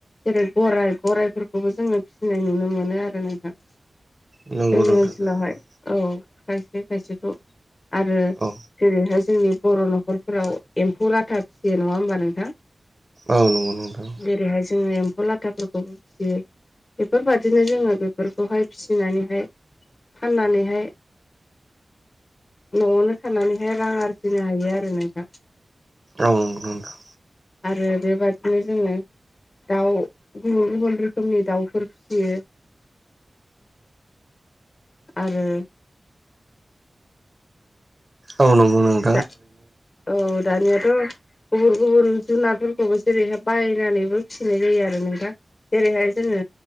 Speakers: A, on the left; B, on the right.
A: जेरै गराइ गराइफोरखौबो जोङो फिसिनाय नुनो मोनो आरो नोंथां।
B: नंगौ
A: जोंनि
B: नोंथां
A: ओनसोलावहाय
B: थारैनो
A: औ खायसे खायसेखौ आरो
B: औ
A: जेरैहाय जोंनि बर' न'खरफोराव एम्फौ लाथा फिसियो नङा होमबा नोंथां।
B: औ नंगौ नोंथां।
A: जेरैहाय जोङो एम्फौ लाथाफोरखौबो फियो। बेफोरबादिनो जोङो बेफोरखौहाय फिसिनानैहाय फाननानैहाय न'आवनो थानानैहाय रां आरजिनो हायो आरो नोंथां।
B: औ नोंगौ नोंथां
A: आरो बेबादिनो जोङो दाउ गुबुन गुबुन रोखोमनि दाउफोर फिसियो। आरो
B: औ नंगौ नों
A: दा औ दानियाथ' गुबुन गुबुन जुनारफोरखौबो जेरैहाय बायनानैबो फिसिनाय जायो आरो नोंथां। जेरैहाय जोङो